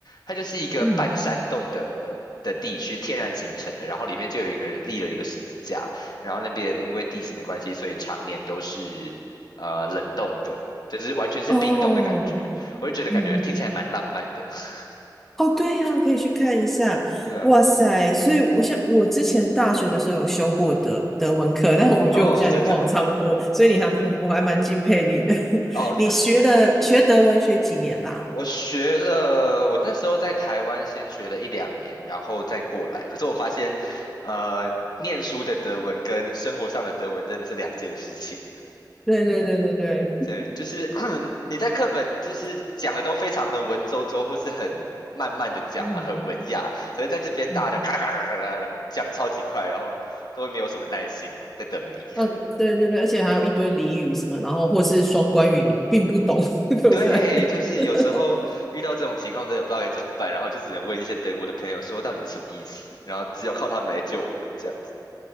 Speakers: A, on the left (about 65°); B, in the centre.
A: 它就是一个半山洞的的地区，
B: 嗯，
A: 天然形成的，然后里面就有一个人立了一个十字架。然后那边因为地形的关系，所以常年都是呃冷冻的，就是完全是冰冻的感觉，
B: 哦，
A: 我就觉得感觉听起来蛮浪漫的。
B: 嗯嗯
A: <laughs>
B: 哦，对啊，可以去看一下。
A: 对啊，
B: 哇塞，所以我像我之前大学的时候有修过德德文课，但是我觉得我现在已经忘了差不多，
A: 哦，真的，
B: 所以你还我我还蛮敬佩你的。
A: 哦，
B: <laughs>
A: 就
B: 你学了学德文学几年啦？
A: 我学了，我那时候在台湾先学了一两年，然后再过来。可是我发现，呃，念书的德文跟生活上的德文真的是两件事情。
B: 对对对对对，
A: 对，就是 <clears throat> 你在课本就是讲的都非常的文绉绉，或是很慢慢的讲啊，
B: 嗯
A: 很文雅。可是在这边大家咔啦咔啦咔啦咔啦然后讲超级快，
B: 嗯，
A: 然后都没有什么耐心在等你。
B: 呃，对对对，而且还有一堆俚语什么，然后或是双关语，你们并不懂，<laughs>
A: <laughs>
B: 对不对？
A: 对，就是有时候遇到这种情况，
B: <laughs>
A: 真的不知道该怎么办，然后就只能问一些德国的朋友说到底是什么意思，然后只有靠他们来救我们这样子。